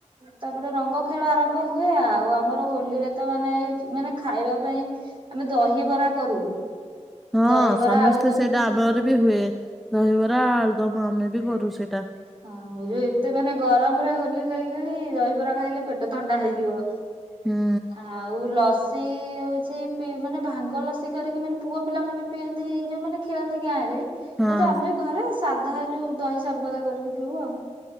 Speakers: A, on the right (about 40°); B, in the centre.
A: ତାପରେ ରଙ୍ଗ ଖେଳ ଆରମ୍ଭ ହୁଏ। ଆଉ ଆମର ହୋଲିରେ ତ ମାନେ ଏଇ ମାନେ ଖାଇବା ପାଇଁ ଆମେ ଦହିବରା କରୁ।
B: ହଁ
A: ଦହିବରା
B: ସମସ୍ତେ
A: ଆଳୁଦମ
B: ସେଇଟା ଆମ ଘରେ ବି ହୁଏ। ଦହିବରା ଆଳୁଦମ୍ ଆମେ ବି କରୁ ସେଇଟା।
A: ହଁ ଯୋଉ ଏତେ ମାନେ ଗରମରେ ହୋଲି ଖେଳି ଖେଳି ଦହିବରା ଖାଇଲେ ପେଟ ଥଣ୍ଡା ହେଇଯିବ।
B: ହୁଁ
A: ଆଉ ଲସି ହଉଛି ପି -ମାନେ ଭାଙ୍ଗ ଲସି କରିକି ମାନେ ପୁଅ ପିଲା ମାନେ ପିଅନ୍ତି ଯୋଉମାନେ ଖେଳନ୍ତି ଗାଁ ରେ। କିନ୍ତୁ
B: ହଁ।
A: ଆମେ ଘରେ ସାଧା ଯୋଉ ଦହି ସର୍ ଘୋଳ କରିକି ପିଉ ଆଉ।